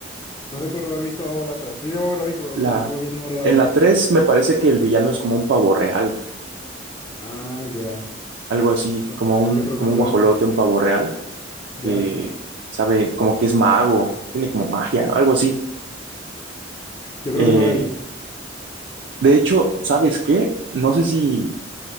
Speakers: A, on the left; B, on the right.
A: No recuerdo haber visto la tres. Sí, debo haberla visto, pero
B: La,
A: no, no me viene ahora a la
B: en
A: mente.
B: la tres me parece que el villano es como un pavo real,
A: Ah, ya.
B: algo así,
A: No,
B: como un,
A: yo creo
B: como
A: que no
B: un
A: la.
B: guajolote,
A: Ya.
B: un pavo real. que
A: ya.
B: sabe como que es mago, tiene como magia, algo así.
A: Yo creo
B: Eh,
A: que no la he visto.
B: de hecho, ¿sabes qué? No sé si,